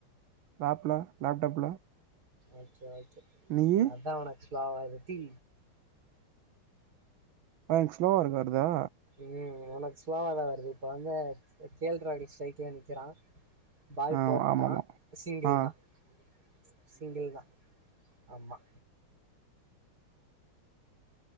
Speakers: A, on the right; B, on the right.
A: லேப்ல லேப்டாப்ல
B: ஓக்கே ஓக்
A: நீயி
B: அதா உனக் ஸ் பார்வதி
A: ப்ப என்க் ஸ்லோவர்க் வர்தா
B: உம் உனக்கு ஸ்லோவாதா வருது இப்ப வந்து க கே எல் ராகுலு ஸ்ட்ரைக்ல நிக்கிறா பால்
A: ஆ
B: போட்டா
A: ஆமாமா
B: சிங்கிள்
A: ஆ
B: தா சி சிங்கிள் தா ஆமா